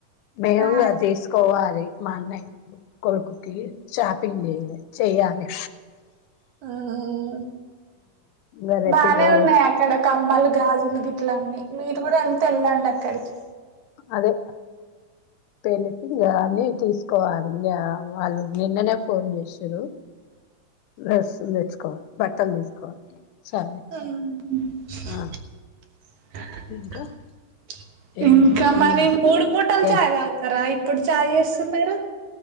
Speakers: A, on the left; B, on the right.
A: మేము
B: ఆ
A: అది తీసుకోవాలి మా అన్నయ్య కొడుకుకి షాపింగ్ చేయిలే చేయాలి
B: మ్మ్.
A: ఇంకా రేపు
B: బానే
A: ఇరవై
B: ఉన్నాయి అక్కడ కమ్మలు గాజులు గిట్ల ఉన్నాయి మీరు కూడా ఎల్తే ఎల్లండి అక్కడికి
A: అదే పెళ్లికి <unintelligible> తీసుకు కోవాలి ఇగ వాళ్ళు నిన్ననే ఫోన్ చేసిర్రు డ్రెస్సులు తెచ్చుకోవాలి బట్టలు తీసుకోవాలి సరే
B: <unintelligible>
A: ఆ ఇంకా ఏం
B: ఇంకా
A: ఉమ్
B: మరి మూడు పూటలు
A: ఏ
B: చాయి తాగుతారా ఇ ఇక్కడ చాయ్ చేస్తున్నారు